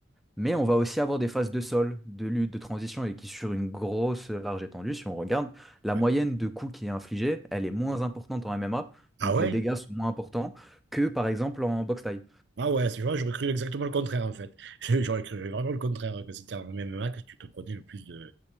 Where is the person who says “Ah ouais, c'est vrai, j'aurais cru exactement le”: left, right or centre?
Right